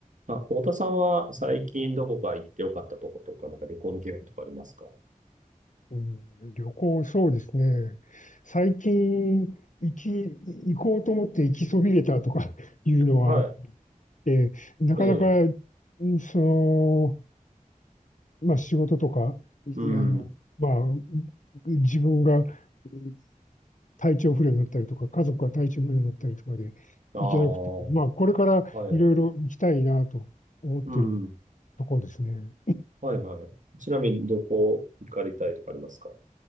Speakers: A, on the right (about 60°); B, on the left (about 60°).
A: あ、太田さんは最近どこか行ってよかったとことか、なんか旅行の計画とかありますか
B: うん、旅行、そうですね。最近、行き、行こうと思って行きそびれたとか <laughs> いうのはあっ
A: はい。
B: て、なかなか、
A: ええ。
B: んその、まあ仕事とか、いあの、
A: うん。
B: まあ、自分がうん体調不良になったりとか、家族が体調不良になったりとかで行けなくて、
A: ああ、は
B: まあこれからいろいろ行きたいなと思ってる
A: い。うん。
B: ところですね。
A: はいはい。ちなみにどこ行かれたいとかありますか